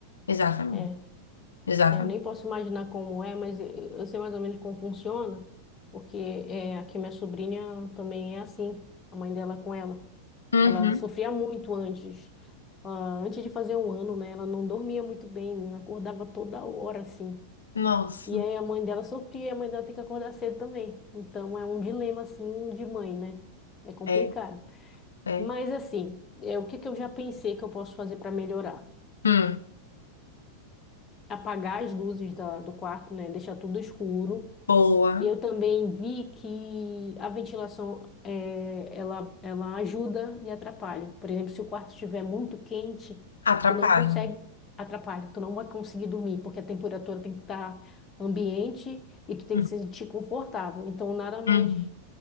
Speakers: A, on the left; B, on the left.
A: Exatamente.
B: É,
A: Exatamente.
B: eu nem posso imaginar como é, mas eu, eu sei mais ou menos como funciona, porque é, aqui minha sobrinha também é assim, a mãe dela com ela.
A: Uhum.
B: Ela sofria muito antes, ah, antes de fazer um ano, né? Ela não dormia muito bem, menina, acordava toda hora, assim.
A: Nossa.
B: E aí a mãe dela sofria, e a mãe dela tem que acordar cedo também. Então é um dilema, assim, de mãe, né? É complicado.
A: É, é.
B: Mas, assim, é, o que que eu já pensei que eu posso fazer para melhorar?
A: Hum.
B: Apagar as luzes da, do quarto, né? Deixar tudo escuro
A: Boa.
B: E Eu também vi que a ventilação eh, ela, ela ajuda e atrapalha. Por exemplo, se o quarto estiver muito quente,
A: Atrapalha.
B: tu não consegue, atrapalha, tu não vai conseguir dormir, porque a temperatura tem que estar ambiente e tu tem
A: Hum.
B: que se sentir confortável. Então, nada mais
A: Uhum.